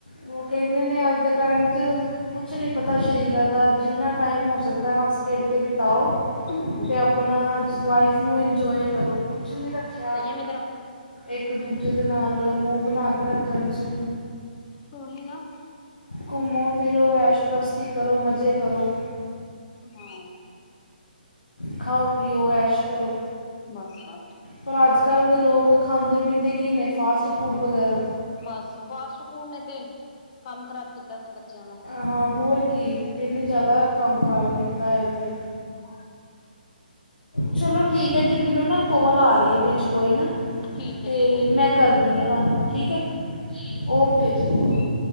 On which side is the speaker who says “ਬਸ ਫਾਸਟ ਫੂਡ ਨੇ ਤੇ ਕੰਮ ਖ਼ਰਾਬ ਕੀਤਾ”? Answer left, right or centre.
Left